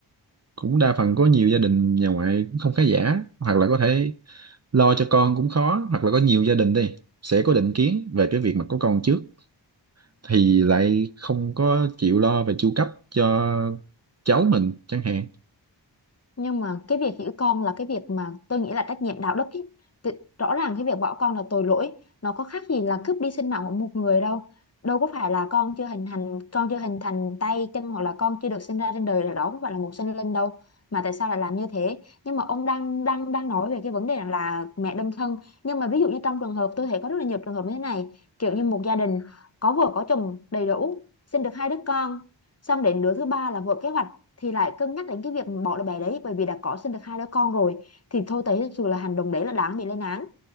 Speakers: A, on the right; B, on the left.
A: cũng đa phần có nhiều gia đình nhà ngoại cũng không khá giả hoặc là có thể lo cho con cũng khó hoặc là có nhiều gia đình đi sẽ có định kiến về cái việc mà có con trước thì lại không có chịu lo về chu cấp cho cháu mình chẳng hạn
B: nhưng mà cái việc giữ con là cái việc mà tôi nghĩ là trách nhiệm đạo đức ý. Thì rõ ràng cái việc bỏ con là tội lỗi nó có khác gì là cướp đi sinh mạng của một người đâu đâu có phải là con chưa hình thành con chưa hình thành tay chân hoặc là con chưa được sinh ra trên đời là đó không phải là một sinh linh đâu mà tại sao lại làm như thế nhưng mà ông đang đang đang nói về cái vấn đề là mẹ đơn thân nhưng mà ví dụ như trong trường hợp tôi thấy có rất là nhiều trường hợp như thế này kiểu như một gia đình có vợ có chồng đầy đủ sinh được hai đứa con xong đến đứa thứ ba là vợ kế hoạch thì lại cân nhắc đến cái việc bỏ đứa bé đấy bởi vì đã có sinh được hai đứa con rồi thì thôi thấy thực sự là hành động đấy là đáng bị lên án